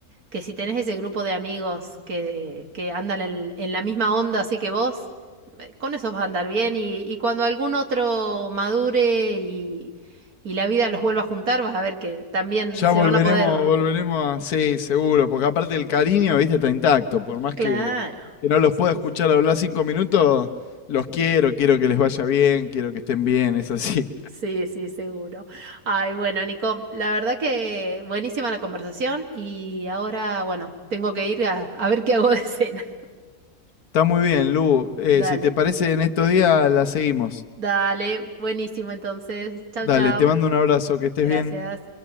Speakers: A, on the right; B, on the left.
A: que si tenés ese grupo de amigos que, que andan en, en la misma onda, así que vos, eh, con esos vas a andar bien y, y cuando algún otro madure y, y la vida los vuelva a juntar, vas a ver que también
B: Ya
A: se
B: volveremos,
A: van a poder...
B: volveremos a... Sí, seguro, porque aparte el cariño, viste, está intacto. Por más
A: Claro.
B: que, que no los
A: Sí,
B: pueda escuchar
A: sí.
B: hablar cinco minutos, los quiero, quiero que les vaya bien, quiero que estén bien, es así.
A: Sí, sí, seguro. Ay, bueno, Nico, la verdad que buenísima la conversación y ahora, bueno, tengo que ir a, a ver qué hago de cena.
B: Está muy bien, Lu. Eh,
A: <laughs> Dale,
B: si te parece, en estos días la seguimos.
A: dale, buenísimo entonces. Chao,
B: Dale,
A: chao.
B: te mando un abrazo, que estés
A: Gracias.
B: bien.